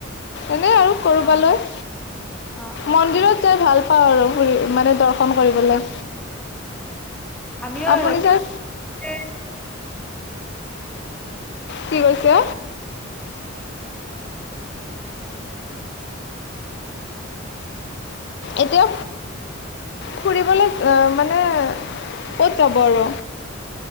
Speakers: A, on the left; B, in the centre.
A: এনেই আৰু ক'ৰবালৈ,
B: অঁ অঁ অঁ
A: মন্দিৰত যাই ভাল পুৰি <unintelligible> মানে দৰ্শন কৰিবলৈ।
B: আমিওঁ
A: আপুনি যাই
B: এ
A: কি কৈছে? এতিয়া ফুৰিবলৈ মানে ক'ত যাব আৰু?